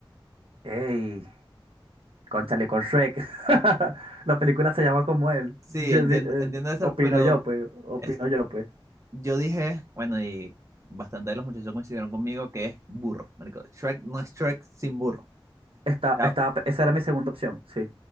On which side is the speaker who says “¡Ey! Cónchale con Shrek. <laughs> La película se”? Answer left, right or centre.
Right